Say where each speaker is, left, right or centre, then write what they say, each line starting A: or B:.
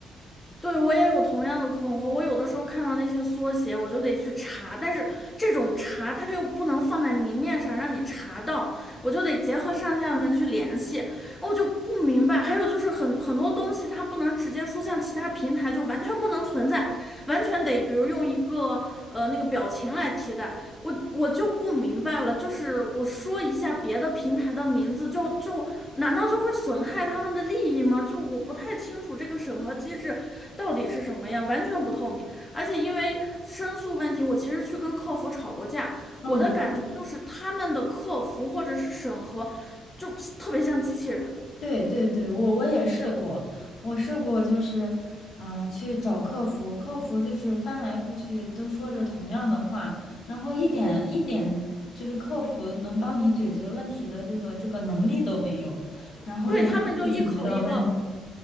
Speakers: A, on the left; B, on the left.
A: 对，我也有同样的困惑。我有的时候看到那些缩写，我就得去查，但是这种查它又不能放在明面上让你查到，我就得结合上下文去联系。我就不明白。还有就是很很多东西它不能直接说，像其他平台，就完全不能存在，完全得比如用一个呃那个表情来替代。我我就不明白了，就是我说一下别的平台的名字，就就难道就会损害他们的利益吗？就我不太清楚这个审核机制到底是什么样，完全不透明。而且因为申诉问题，我其实去跟客服吵过架，
B: 嗯，
A: 我的感觉就是他们的客服或者是审核。就特别像机器人。
B: 对对对，我我也试过，我试过就是，呃，去找客服，客服就是翻来覆去都说着同样的话，然后一点一点就是客服能帮你解决问题的这个这个能力都没有，然后也没有解决到问题，
A: 对，他们就一口一个